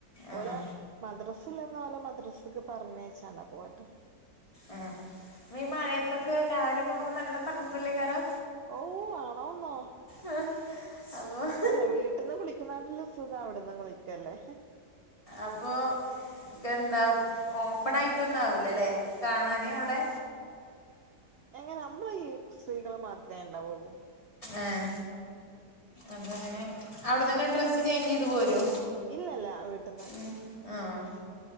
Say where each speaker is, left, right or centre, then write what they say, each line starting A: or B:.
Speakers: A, on the left (about 20°); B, on the right (about 65°).
A: ആ
B: ഓലെ മദ്രസില്ലന്നോലെ മദ്രസ്ക്ക് പറഞ്ഞയച്ചാണ്ടാ പോഅട്ടോ
A: ആഹ് ഈ മഴയത്തൊക്കെ രാവിലെ പോകുമ്പോ നല്ല തണുപ്പല്ലേ കാരാ?
B: ഔ ആണോന്നോ
A: ആ അപ്പോ
B: അല്ല വീട്ടിന്ന് കുളിക്കുന്നാട്ടില് സുഖം വിട്ന്ന് കുളിക്കല്ലേ
A: അപ്പോ എന്താ ഓപ്പണായി ട്ടൊന്നാവൂലല്ലെ കാണാന് അവ്ടെ
B: എങ്ങന മ്മള് ഈ സ്ത്രീകള് മാത്രേണ്ടാവുള്ളൂ
A: ആഹ് അപ്പ ങ്ങനെ അവ്ട്ന്നെന്നെ ഡ്രസ്സ് ചേഞ്ചേയ്ത് പോരോ
B: ഇല്ലല്ല വീട്ടിന്ന്
A: ഉം ആഹ്